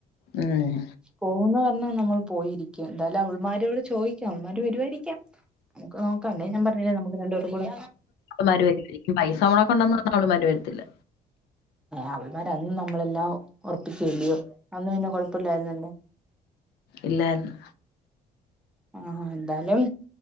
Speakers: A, on the left; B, in the centre.
A: ഉം
B: പോകുമെന്ന് പറഞ്ഞാൽ നമ്മൾ പോയിരിക്കും എന്തായാലും അവൾമാരോട് ചോദിക്കാം അവൾമാര് വരുവായിരിക്കാം നമുക്ക് നോക്കാം അല്ലേ ഞാൻ പറഞ്ഞില്ലേ നമക്ക് രണ്ടുപേർ കൂടെ
A: അവളുമാര് വരുവായിരിക്കും പൈസ മുടക്ക് ഉണ്ടെന്ന് പറഞ്ഞാൽ അവളുമാര് വരുത്തില്ല
B: അവൾമാരന്നും നമ്മളെല്ലാം ഉറപ്പിച്ചല് കല്ലിയോ അന്നും പിന്നെ കൊഴപ്പമില്ലായിരുന്നല്ലേ
A: ഇല്ലയിരുന്നു
B: ആഹ് എന്താലും